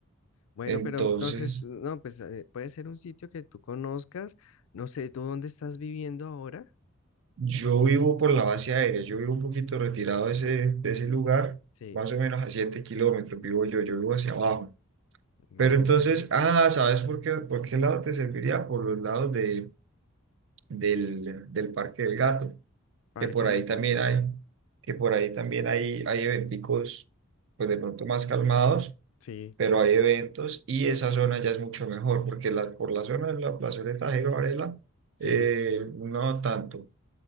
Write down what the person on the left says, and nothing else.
Bueno,
pero entonces, no, pues eh, puede ser un sitio que tú conozcas. No sé, ¿tú dónde estás viviendo ahora?
Sí.
Bueno,
Parque
del
Gato.
Sí,
sí.